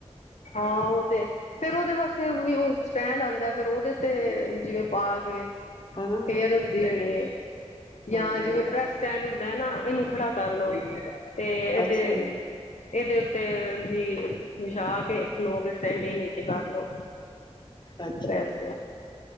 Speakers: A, on the left; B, on the left.
A: ਹਾਂ ਉਹ ਤੇ- ਫੇਰ ਉਹਦੇ ਵਾਸਤੇ ਵੀ ਉਹ ਸਟੈਂਡ ਆਉਦਾ ਫੇਰ ਉਹਦੇ ਤੇ ਜਿਵੇ ਪਾ ਕੇ
B: ਹਨਾ-
A: ਹੁੰਦੀ ਹੋਣੀ ਏ ਜਾ
B: ਅੱਛਾ
A: ਜਿਵੇ ਪ੍ਰੈਸ ਸਟੈਂਡ ਹੁੰਦਾ ਹੈ ਨਾ ਇਹਨੂੰ ਖੜਾ ਕਰ ਲਓ ਤੇ ਇਹਦੇ-
B: ਅੱਛਾ
A: ਇਹਦੇ ਉਤੇ ਵੀ ਵਿਛਾ ਕੇ ਖਲੋ ਕੇ ਸਟੈਂਡਿੰਗ ਵਿੱਚ ਕਰ ਲਓ
B: ਅੱਛਾ
A: ਪ੍ਰੈਸ
B: ਜੀ।